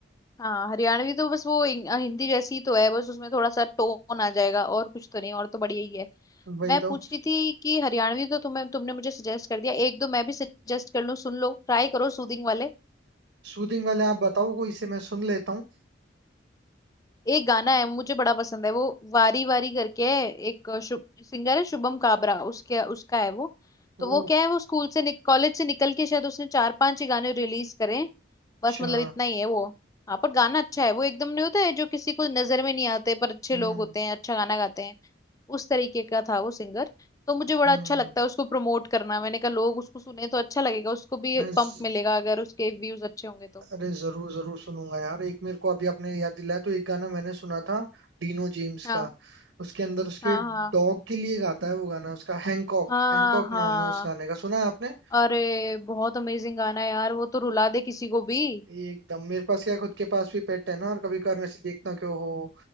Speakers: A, on the left; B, on the right.
A: हाँ हरियाणवी तो बस वो इंग- हिंदी जैसी तो है बस उसमें थोड़ा सा टोन आ जाएगा और कुछ तो नहीं और तो बढ़िया ही है
B: वही
A: मैं
B: तो
A: पूछ रही थी कि हरियाणवी तो तुम्हें तुमने मुझे सजेस्ट कर दिया एक दो मैं भी सजेस्ट कर लूं सुन लो ट्राई करो सूदिंग वाले
B: सूदिंग वाले आप बताओ कोई से मैं सुन लेता हूँ
A: एक गाना है मुझे बड़ा पसंद है वो वारी वारी करके है, एक सिंगर है शुभम काबरा उसके उसका है वो
B: वो
A: तो वो क्या है वो स्कूल से कॉलेज से निकल के शायद उसने चार पांच ही गाने रिलीज करें बस
B: अच्छा
A: मतलब इतना ही है वो हाँ पर गाना अच्छा है वो एकदम नहीं होता है जो किसी को नजर में नहीं आते पर अच्छे
B: हम्म
A: लोग होते हैं अच्छा गाना गाते हैं उस तरीके का था वो सिंगर तो मुझे बड़ा
B: हम्म
A: अच्छा लगता है उसको प्रमोट करना मैंने कहा लोग उसको सुने तो अच्छा लगेगा उसको भी
B: मैं ज,
A: पंप मिलेगा अगर उसके व्यूज अच्छे होंगे तो
B: अरे जरूर जरूर सुनूंगा यार एक मेरे को अभी आपने याद दिलाया तो एक गाना मैंने सुना था डीनो जेम्स
A: हाँ
B: का उसके अंदर उसके
A: हाँ हाँ
B: डॉग के लिए गाता है वो गाना उसका हैंकॉक
A: हाँ
B: हैंकॉक
A: हाँ
B: नाम है उस गाने का सुना है आपने
A: अरे बहुत अमेजिंग गाना है यार वो तो रुला दे किसी को भी
B: एकदम मेरे पास क्या खुद के पास भी पेट है ना और कभी कभार मैं से देखता क्यों हो